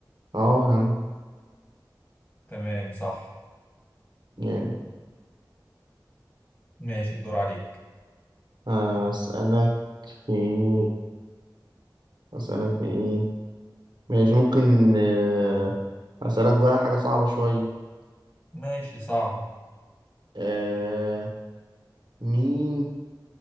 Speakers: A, on the right; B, on the left.
A: اه يا عم
B: تمام صح
A: جامد
B: ماشي الدور عليك
A: آه، أسألك في إيه؟ أسألك في إيه ماشي ممكن آه، أسألك بقى حاجة صعبة شوية
B: ماشي صعب
A: آه، مين